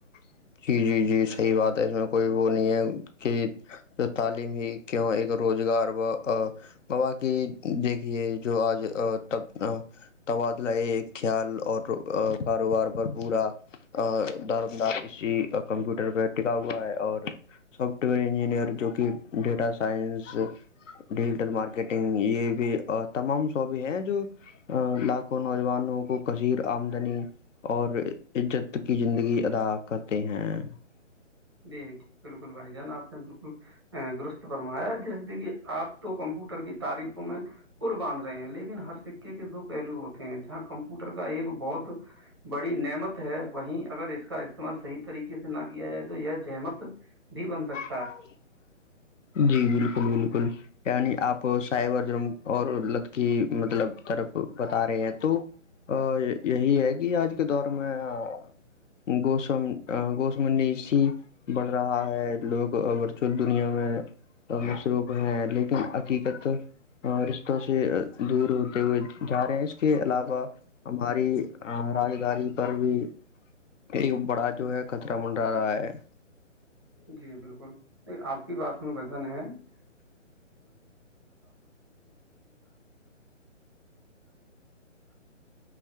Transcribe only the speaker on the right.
<unintelligible> <unintelligible> <unintelligible> <unintelligible>
جی
<unintelligible> <unintelligible> <unintelligible> <unintelligible> <unintelligible> <unintelligible>